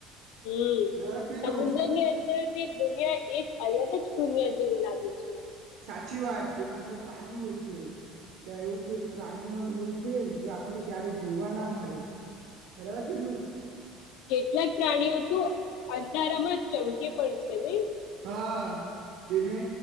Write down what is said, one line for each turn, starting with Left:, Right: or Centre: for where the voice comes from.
Left: હમ,
Right: બરાબર પેલું
Left: સમુદ્રની અંદર બી દુનિયા એક અલગ જ દુનિયા જેવી લાગે છે.
Right: સાચી વાત, તેના અંદર પાણી હોય છે. ત્યાં એવું પ્રાણીઓ હોય છે. જે આપડો ક્યારે જોવા ના મળે. બરાબર
Left: હમ.
Right: પેલું,
Left: કેટલાક પ્રાણીઓ તો અંધારામાં ચમકે પણ છે ને?
Right: હા, તેને